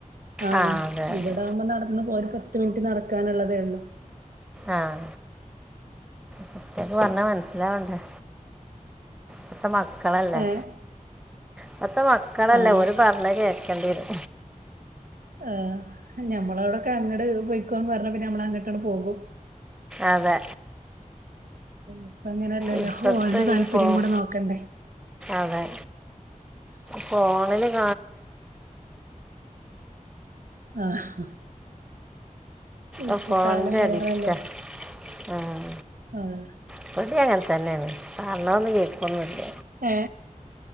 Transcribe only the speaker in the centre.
ആ അതെ അതെ
ആഹ കുട്യാൾക് പറഞ്ഞാ മനസ്സിലാവണ്ടേ പ്പത്തെ മക്കളല്ലേ
പ്പ ത്തെ മക്കളല്ലേ
ഓല് പറഞ്ഞ ത് കേൾക്ക ണ്ടെരും
അതെ
ഇപ്പത്തെ
ഈ ഫോൺ
അതെ ഫോണിൽ <unintelligible>
ഓ ഫോണിന്റെ
അഡിക്റ്റാ ഉം
ഇവടിം അങ്ങൻ തന്നെണ് പറഞ്ഞാ ഒന്നും കേക്കൊന്നൂല്ല